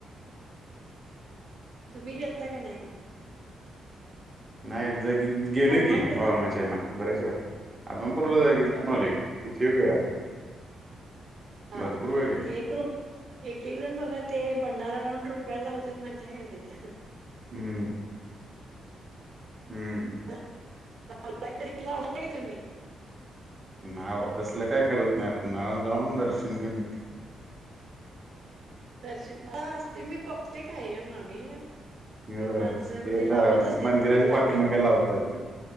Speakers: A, on the right (about 65°); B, on the right (about 20°).
A: तुम्ही गेलता का नाही मग.
B: नाही जागी गेलोय
A: आदमापूरला
B: की, बाळू मामाच्याला बरेच वेळा, आदमापूर ला जाऊन
A: बाळूमामाला
B: आलोय. कित्येक वेळा.
A: हा
B: भरपूर वेळा गेले
A: ते एकरूप. एक- एक जण बघा ते भंडारा घालून रुपया लावत्यात माहितीय हाय काय तिथं?
B: हम्म हम्म
A: <inaudible> <unintelligible> तुम्ही-
B: नाव तसलं काय करत नाही आपण, नाव जाऊन दर्शन घेऊन.
A: दर्शनला असते मी बघते कायम आम्ही- ते
B: होय
A: माणसं म्हणजे
B: ते द
A: लावत असतात
B: मंदिराच्या
A: नाणे.
B: पाठीमागे लावतात ते